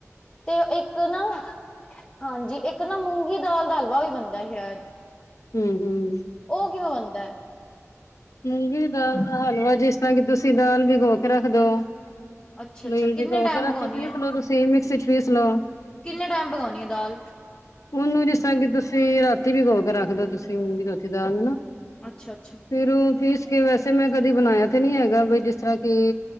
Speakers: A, on the left; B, on the left.
A: ਤੇ ਇੱਕ ਨਾ ਹਾਂਜੀ ਇੱਕ ਨਾ ਮੂੰਗੀ ਦਾਲ ਦਾਲ ਹਲਵਾ ਵੀ ਬਣਦਾ ਸ਼ਾਇਦ।
B: ਹਮ। ਹਮ
A: ਉਹ ਕਿਵੇਂ ਬਣਦਾ?
B: ਮੂੰਗੀ ਦਾਲ ਦਾ ਹਲਵਾ ਜਿਸ ਤਰ੍ਹਾਂ ਕਿ ਤੁਸੀਂ ਦਾਲ ਵੀ ਖੋ ਕੇ ਰੱਖ ਦਿਓ
A: ਅੱਛਾ
B: ਨਹੀਂ
A: ਅੱਛਾ ਕਿੰਨੇ
B: ਵੀ ਗੋ
A: ਟਾਈਮ
B: ਕੇ ਰੱਖ
A: ਪਕਾਉਣੀ
B: ਕੇ ਪੀਸ
A: ਹੈ
B: ਲੋੋ ਤੁਸੀਂ ਮਿਕਸੀ ਚ ਪੀਸ ਲੋਓ
A: ਕਿੰਨੇ ਟਾਈਮ ਪਕਾਉਣੀ ਆ ਦਾਲ
B: ਉਹਨੂੰ ਜਿਸ ਤਰ੍ਹਾਂ ਕਿ ਤੁਸੀਂ ਰਾਤੀ ਵੀ ਗੋ ਕੇ ਰੱਖ ਦਿ ਤੁਸੀਂ ਰਾਤੀ ਦਾਲ ਨਾ
A: ਅੱਛਾ ਅੱਛਾ
B: ਫਿਰ ਉਹ ਪੀਸ ਕੇ ਵੈਸੇ ਮੈਂ ਕਦੀ ਬਣਾਇਆ ਤੇ ਨੀ ਹੈਗਾ ਬਈ ਜਿਸ ਤਰ੍ਹਾਂ ਕੀ